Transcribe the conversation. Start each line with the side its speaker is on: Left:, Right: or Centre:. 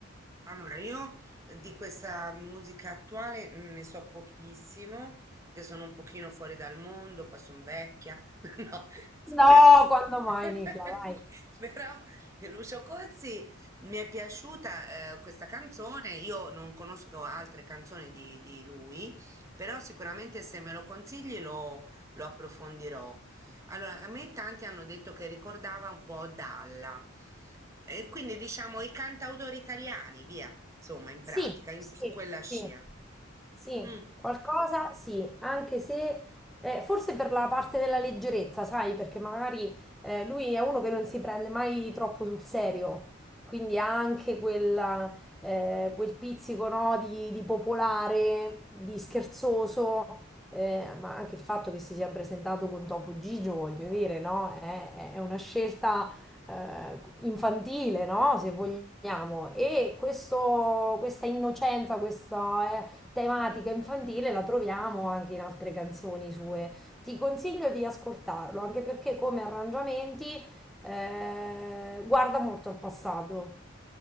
Right: Allora, io eh, di questa musica attuale mm, ne so pochissimo, perché sono un pochino fuori dal mondo, qua sono vecchia, <laughs> no, scherzo.
Centre: No, quando
Right: <laughs>
Centre: mai, Nicla, dai.
Right: Però eh, Lucio Cozzi mi è piaciuta eh, questa canzone, io non conosco altre canzoni di, di lui, però sicuramente se me lo consigli lo, lo approfondirò. Allora, a me tanti hanno detto che ricordava un po' Dalla, e quindi diciamo i cantautori italiani, via, insomma, in
Centre: Sì,
Right: pratica, in-
Centre: sì,
Right: su quella scia.
Centre: sì, sì,
Right: Mm.
Centre: qualcosa sì, anche se eh, forse per la parte della leggerezza, sai, perché magari eh, lui è uno che non si prende mai troppo sul serio, quindi ha anche quella, eh, quel pizzico, no, di, di popolare, di scherzoso, eh, ma anche il fatto che si sia presentato con Topo Gigio, voglio dire, no, è, è una scelta eh, infantile, no? Se vogliamo. E questo- questa innocenza, questa eh, tematica infantile la troviamo anche in altre canzoni sue. Ti consiglio di ascoltarlo, anche perché come arrangiamenti eh, guarda molto al passato.